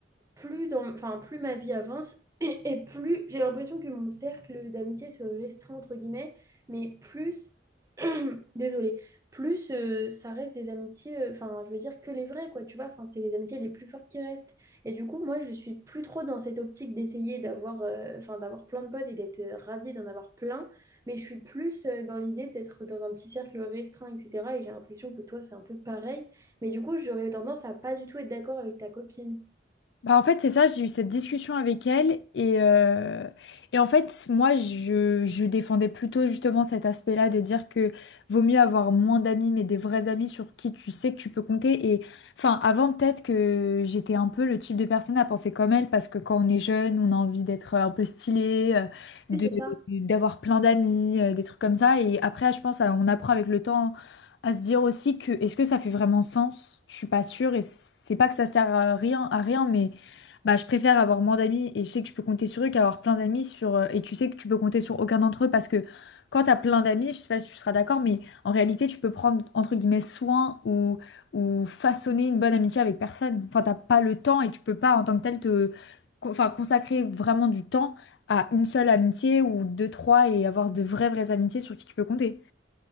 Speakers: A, on the right; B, on the left.
A: plus dans, enfin, plus ma vie avance <clears throat> et, plus j'ai l'impression que mon cercle d'amitié se restreint entre guillemets, mais plus, <clears throat> désolée, plus euh, ça reste des amitiés, euh, enfin, je veux dire que les vraies quoi, tu vois, enfin, c'est les amitiés les plus fortes qui restent. Et du coup, moi, je suis plus trop dans cette optique d'essayer d'avoir, euh, enfin, d'avoir plein de potes et d'être euh, ravie d'en avoir plein, mais je suis plus euh, dans l'idée d'être dans un petit cercle restreint, etc. Et j'ai l'impression que toi, c'est un peu pareil. Mais du coup, j'aurais tendance à pas du tout être d'accord avec ta copine.
B: Bah, en fait, c'est ça, j'ai eu cette discussion avec elle et, euh, et en fait, moi, je, je défendais plutôt justement cet aspect-là de dire que vaut mieux avoir moins d'amis, mais des vrais amis sur qui tu sais que tu peux compter. Et enfin, avant, peut-être que j'étais un peu le type de personne à penser comme elle, parce que quand on est jeune, on a envie d'être un peu stylé, euh, de,
A: Oui, c'est ça.
B: d'avoir plein d'amis, euh, des trucs comme ça. Et après, je pense, euh, on apprend avec le temps à se dire aussi que est-ce que ça fait vraiment sens? Je suis pas sûre et c'est pas que ça sert à rien, à rien, mais. Bah, je préfère avoir moins d'amis et je sais que je peux compter sur eux qu'avoir plein d'amis sur euh, et tu sais que tu peux compter sur aucun d'entre eux parce que quand t'as plein d'amis, je sais pas si tu seras d'accord, mais en réalité tu peux prendre entre guillemets soin ou ou façonner une bonne amitié avec personne. Enfin, t'as pas le temps et tu peux pas en tant que tel te co- enfin consacrer vraiment du temps à une seule amitié ou deux, trois et avoir de vraies vraies amitiés sur qui tu peux compter.